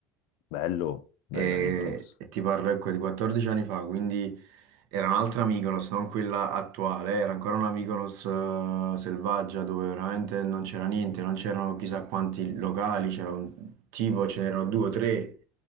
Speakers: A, on the left; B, on the right.
A: Bello,
B: E,
A: bello Mykonos.
B: e ti parlo ecco di 14 anni fa, quindi era un'altra Mykonos, non quella attuale, era ancora una Mykonos eh, selvaggia dove veramente non c'era niente, non c'erano chissà quanti locali, c'era un tipo, ce n'erano due o tre,